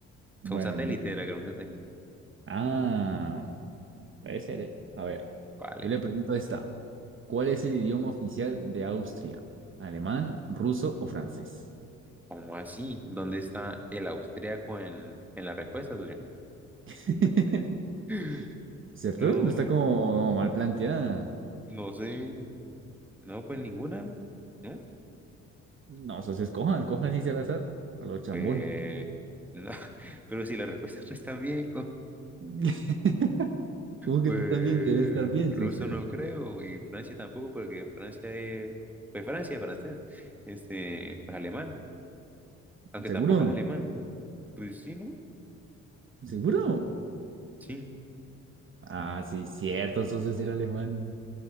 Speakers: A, on the right; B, in the centre.
A: Bueno,
B: Un satélite
A: di-
B: era, creo, un satélite.
A: ah, Puede ser, ¿eh? A ver,
B: Vale.
A: yo le pregunto esta. ¿Cuál es el idioma oficial de Austria? ¿Alemán, ruso o francés?
B: ¿Cómo así? ¿Dónde está el austríaco en, en la respuesta, socio?
A: <laughs>
B: <gasps>
A: ¿Cierto?
B: No,
A: No está como mal planteada.
B: no sé. No, pues ninguna, ¿no?
A: No, eso se escoja, escoja sin ser azar, a lo chambón.
B: Pues, no. <laughs> Pero si las respuestas no están bien, co-
A: <laughs> ¿Cómo
B: pues
A: que no están bien? Deben estar bien,
B: ruso
A: socio.
B: no creo, y Francia tampoco, porque Francia es, pues Francia, francés, este, pues alemán, aunque
A: ¿Seguro?
B: tampoco es alemán, pues sí, ¿no?
A: ¿Seguro?
B: Sí,
A: Ah, sí, cierto, eso es decir alemán.